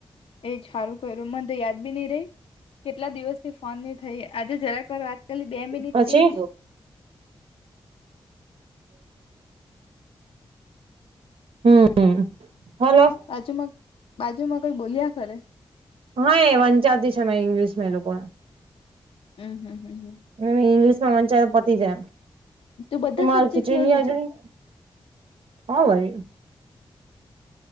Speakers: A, on the left; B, on the right.
A: એજ હારુ કર્યું મને તો યાદ બી નહ રહી કેટલા દિવસથી ફોન નહી થઈ આજે જરાક વાર વાત. ખાલી બે મિનિટ
B: પછી
A: તે જ,
B: હમમ હલો.
A: બાજુમાં બાજુમાં કઈ બોલ્યા કરે.
B: હા એ વંચાતી છે અમે ઇંગ્લિશ એ લોકોને
A: અ હ હ હ.
B: અને ઇંગ્લિશમાંં વંચાય તો પતી જાય.
A: તું બધા
B: હ <unintelligible>
A: સબ્જેક્ટ
B: ખિચડી
A: લઈયો
B: <unintelligible>
A: છે
B: હા વરી.